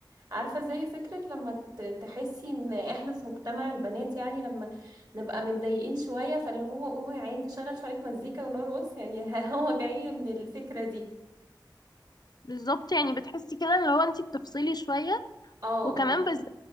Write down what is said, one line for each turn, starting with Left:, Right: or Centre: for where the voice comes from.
Right: عارفة زي فكرة لما ت- تحسي ان احنا في مجتمع البنات يعني لما نبقى متضايقين شوية فاللي هو قوموا يا عيني نشغل شوية مزيكا ونرقص يعني <laughs> هو جاي من الفكرة دي
Left: بالظبط يعني بتحسي كده اللي هو أنت بتفصلي شوية
Right: اه
Left: وكمان
Right: اه
Left: بالذات